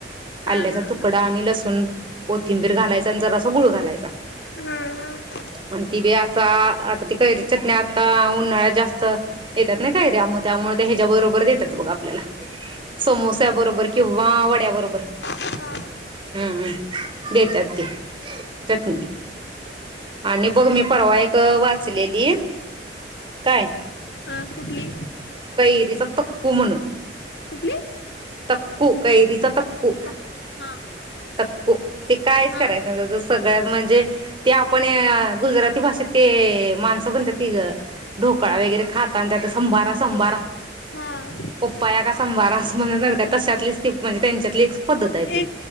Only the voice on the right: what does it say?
आल्याचा
तुकडा आणि लसूण कोथिंबीर घालायचा ज असा गुळ घालायचा
आणि ते बी असा आता ती कैरीची चटण्या आता उन्हाळ्यात जास्त येतात ना कैऱ्या त्यामुळे ते ह्याच्या् बरोबर देतात बग आपल्याला समोस्याबरोबर किंवा वड्या बरोबर
हम्म हम्म देतात ते चटनी आणि बघ मी परवा एक वाच ले लि काय
कैरीचा <unintelligible>
तकू कैरीचा तक कू
तकू ते कायच
करायचं <unintelligible> सगळ्यात ते आपण गुजराती भाषेत ते माणसं म्हणतात. ती ग ढोकळा वगैरे खाताना त्यात संभारा संभारा
पप्पा या का संभारा. <unintelligible> तशातलीच ती म्हणजे त्यांच्यातलीच पद्धत हाय
ती